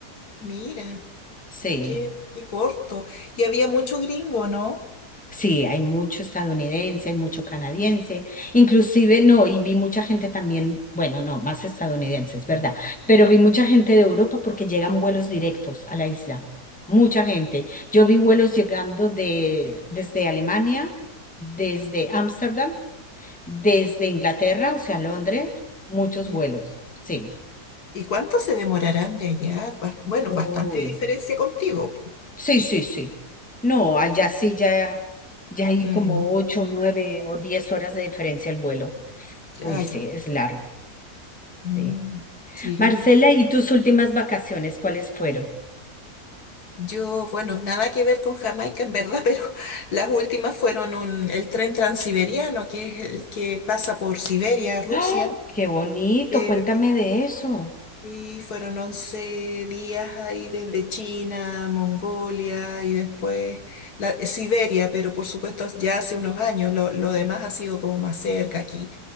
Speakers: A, on the left; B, in the centre.
A: Mira,
B: Sí.
A: qué, qué corto. Y había mucho gringo, ¿no?
B: Sí, hay mucho estadounidense, hay mucho canadiense, inclusive no, y vi mucha gente también, bueno, no, más estadounidenses, ¿verdad? Pero vi mucha gente de Europa porque llegan vuelos directos a la isla, mucha gente. Yo vi vuelos llegando de, desde Alemania, desde Ámsterdam, desde Inglaterra, o sea, Londres, muchos
A: No.
B: vuelos, sí.
A: ¿Y cuánto se demorarán de allá? Bas- bueno,
B: Uy,
A: bastante diferencia contigo. po.
B: sí, sí, sí. No, allá sí ya, ya hay
A: Mm,
B: como ocho, nueve o diez horas de diferencia el vuelo.
A: claro.
B: Uy, sí, es largo,
A: Mm,
B: sí.
A: sí.
B: Marcela, ¿y tus últimas vacaciones cuáles fueron?
A: Yo, bueno, nada que ver con Jamaica en verdad, <laughs> pero las últimas fueron un, el tren transiberiano, que es el que pasa por Siberia, Rusia,
B: ¡Ah! qué bonito,
A: pero,
B: cuéntame de eso.
A: y fueron 11 días ahí desde China, Mongolia y después la, Siberia, pero por supuesto ya hace unos años, lo, lo demás ha sido como más cerca aquí.